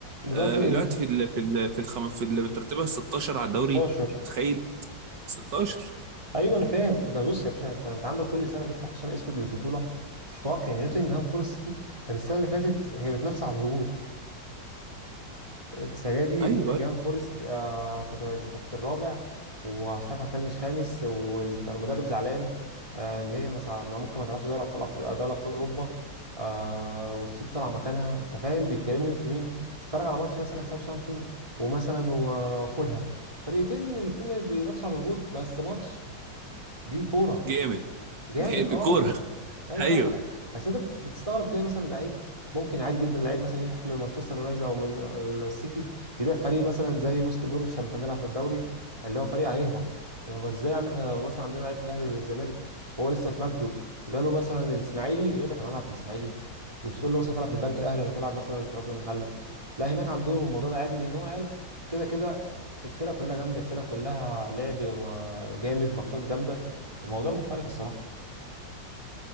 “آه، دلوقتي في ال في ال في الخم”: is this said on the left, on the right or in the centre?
Right